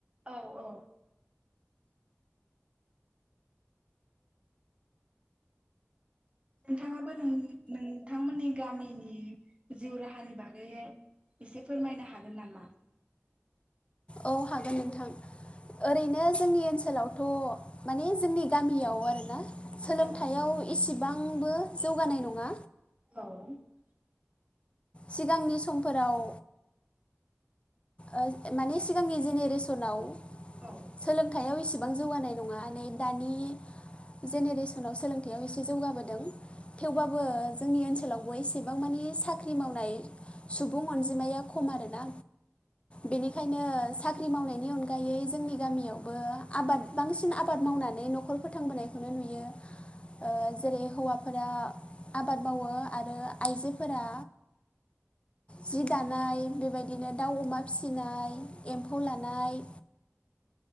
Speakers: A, on the right; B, on the left.
A: औ औ नोंथांङाबो नों नोंथांमोननि गामिनि जिउ राहानि बागै एसे फोरमायनो हागोन नामा?
B: औ हागोन नोंथां। ओरैनो जोंनि ओनसोलावथ' माने जोंनि गामियाव आरोना सोलोंथाइयाव
A: औ
B: एसे गोबांबो जौगानाय नंङा।
A: औ
B: सिगांनि समफोराव ओ माने सिगांनि जेनेरेसनाव
A: औ
B: सोलोंथायाइयाव सिबां जौगानाय नङा नै दानि जेनेरेसनाव सोलोंथाइयाव एसे जौगाबोदों थेवबाबो जोंनि ओनसोलावबो एसेबां मानि साख्रि मावनाय सुबुं अनजिमाया खम आरोना बेनिखायनो साख्रि मावनायनि अनगायै जोंनि गामियावबो आबाद बांसिन आबाद मावनानै न'खर फोथांबोनायखौनो नुयो। ओ जेरै हौवाफोरा आबाद मावो आरो आइजोफोरा जि दानाय बेबायदिनो दाउ, अमा फिसिनाय एम्फौ लानाय